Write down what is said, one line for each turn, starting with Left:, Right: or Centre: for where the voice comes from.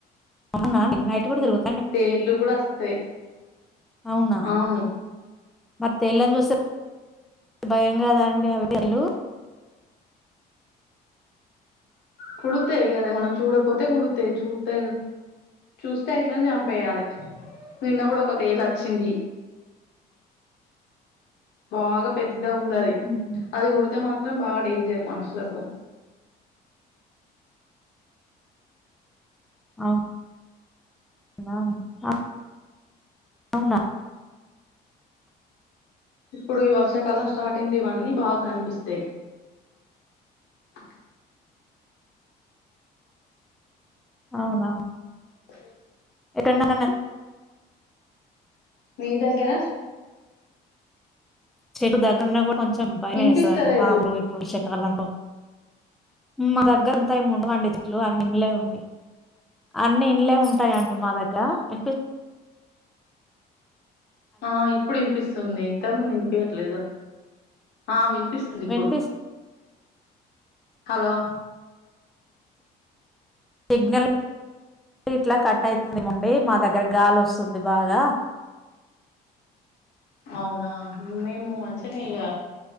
Centre: అవునా అండి? నైట్ కూడా <unintelligible>
Left: తేళ్లు కూడా వస్తాయి
Centre: అవునా
Left: అవును
Centre: మరి తెల్లంగోస్తాయ్ భయం గదండి అ <unintelligible>
Left: కుడతాయి కదా మనం చూడపోతే కుడుతాయి చూడ్తాయి చూస్తే ఎట్లనే చంపేయాలి నిన్న కూడా ఒక తేలి వచ్చింది బాగా పెద్ద పెద్దగుందది అది
Centre: హుహు.
Left: అది కుడితే మాత్రం బాగా డేంజర్ మనుషులకు
Centre: అవ్ బాగుంది ఆ అవ్నా
Left: ఇప్పుడు ఈ వర్షాకాలం స్టార్టింగు ఇవన్నీ బాగా కనిపిస్తాయి అ
Centre: అవునా
Left: ఓ
Centre: <inaudible>
Left: మీ దగ్గర
Centre: చెట్ దగ్గరున్నా కూడా కొంచెం భయం
Left: వినిపిస్తలేదు
Centre: వేస్తుందండి పాములు ఇప్పుడు వర్షకాలంలో మా దగ్గరంతా ఏమి ఉండవండి చెట్లు అన్ని ఇండ్లే ఉంటాయి అన్ని ఇండ్లే ఉంటాయండి మా దగ్గ ఇ
Left: ఆ ఇప్పుడు వినిపిస్తుంది ఇంత ముందు వినిపయట్లేదు ఆ వినిపిస్తుంది ఇప్పుడు
Centre: వినిపిస్
Left: హలో
Centre: సిగ్నల్ ఇట్లా కట్ అయితుంది మండి మా దగ్గర గాలి వస్తుంది బాగా
Left: అవునా మేము మంచినే ఇక